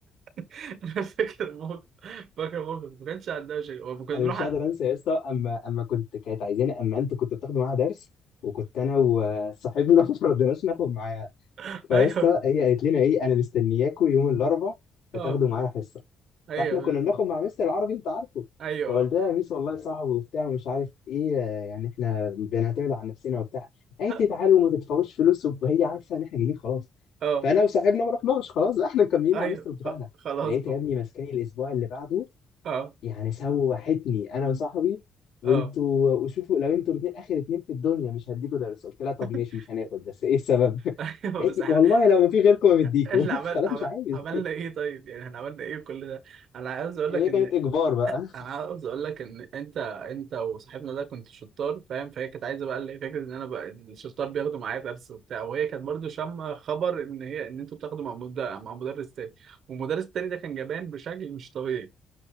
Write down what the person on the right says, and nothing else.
<laughs> انا فاكر موقف فاكر موقف ما كانش عندها شيء هو كنا
بنروح
على-
<laughs>
ايوه
اه
ايوه
ايوه
اه
اه
ايوه
خ- خلاص
بقى
اه
اه
<laughs>
ايوه
بس
احنا
احنا عمل
عمل
عملنا ايه طيب يعني احنا عملنا ايه كل ده انا عاوز اقول
لك ان
انا عاوز اقول لك ان انت انت وصاحبنا ده كنت شطار فاهم فهي كانت عايزه بقى اللي هي فكره ان انا بقى الشطار بياخدوا معايا درس وبتاع وهي كانت برضو شامه خبر ان هي ان انتوا بتاخدوا مع مدرس مع مدرس تاني والمدرس التاني ده كان جبان بشكل مش طبيعي